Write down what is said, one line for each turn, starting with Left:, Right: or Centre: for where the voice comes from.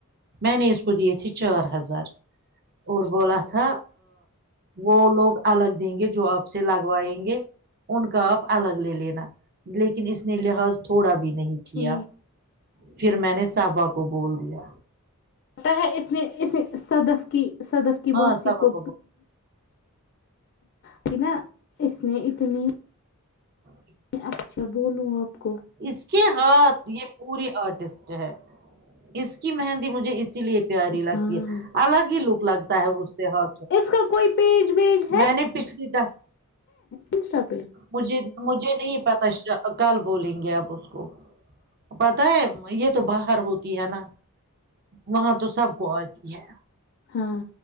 Right: میں نے اس کو دیے تھے چار ہزار اور بولا
Left: ٹھیک
Right: تھا وہ لوگ الگ دیں گے جو آپ سے لگوائیں گے ان کا آپ الگ لے لینا لیکن اس نے لحاظ تھوڑا بھی نہیں کیا
Left: ٹھیک
Right: پھر میں نے صاابا کو بول لیا
Left: پتا ہے اس نے اس صدف کی صدف کی
Right: ہاں
Left: موسی
Right: صابا
Left: کو
Right: بول
Left: کہ نا اس نے اتنی
Right: اس
Left: میں اچھا بولوں آپ کو
Right: اس ہاتھ یہ پوری آرٹسٹ ہے اس کی مہندی مجھے اسی لیے پیاری لگتی
Left: ہاں
Right: ہے الگ ہی لک لگتا ہے اس سے ہ
Left: اس کا کوئی پیج ویج ہے
Right: میں نے پچھلی تھا
Left: انسٹا پہ
Right: مجھے مجھے نہیں پتا کل بولیں گے آپ اس کو پتا ہے یہ تو باہر ہوتی ہے نا وہاں تو سب کو آتی ہے
Left: ہاں